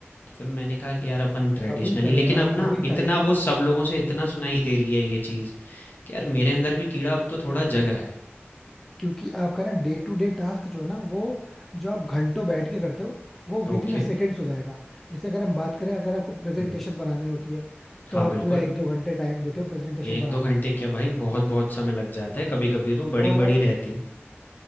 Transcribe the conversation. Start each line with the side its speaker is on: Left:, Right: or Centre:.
Left: तो फिर मैंने कहा कि यार अपन ट्रेडिशनली
Centre: अभी करो
Left: लेकिन
Centre: यार
Left: अब
Centre: अभी
Left: ना इतना
Centre: टाइम है
Left: वो सब लोगों से इतना सुनाई दे रही है ये चीज़ कि यार मेरे अंदर भी कीड़ा अब तो थोड़ा जग रहा है
Centre: क्योंकि आपका ना डे टू डे टास्क जो है ना वो जो आप घंटों बैठ के करते हो वो विद
Left: ओके
Centre: इन सेकेंड्स हो जाएगा जैसे अगर हम बात करें अगर आपको प्रेजेंटेशन
Left: हम्म
Centre: बनानी होती है तो
Left: हाँ
Centre: आप
Left: बिल्कुल
Centre: पूरा एक दो घंटे टाइम देते हो प्रेजेंटेशन
Left: एक
Centre: बनाने
Left: दो घंटे
Centre: में
Left: क्या भाई बहुत बहुत समय लग जाता है कभी कभी तो बड़ी
Centre: और आप
Left: बड़ी रहती है